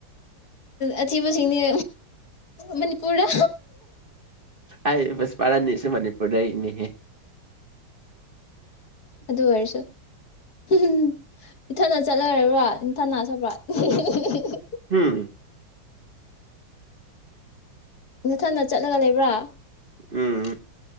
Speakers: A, on the left; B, on the right.
A: ꯑꯊꯤꯕꯁꯤꯡꯅꯦ ꯃꯅꯤ ꯄꯨꯔꯗ
B: ꯑꯁ ꯄꯨꯄꯄꯥꯔꯅꯤꯁꯨ ꯃꯅꯤꯄꯨꯔ ꯗꯩꯅꯦꯍꯦ
A: ꯑꯗꯨ ꯑꯣꯏꯔꯁꯨ <unintelligible>
B: ꯎꯝ
A: ꯅꯊꯟꯅ ꯆꯠꯂꯒ ꯂꯩꯕ꯭ꯔꯥ
B: ꯎꯝ